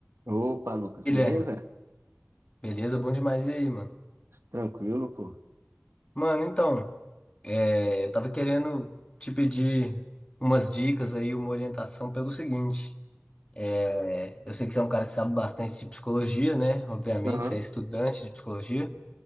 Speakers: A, on the right (about 80°); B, on the left (about 25°).
A: Opa, Lucas,
B: Guilherme,
A: beleza?
B: beleza? Bom demais. E aí, mano?
A: Tranquilo, pô.
B: Mano, então, é, eu tava querendo te pedir umas dicas aí, uma orientação pelo seguinte. É, eu sei que você é um cara que sabe bastante de psicologia, né? Obviamente,
A: Aham.
B: você é estudante de psicologia,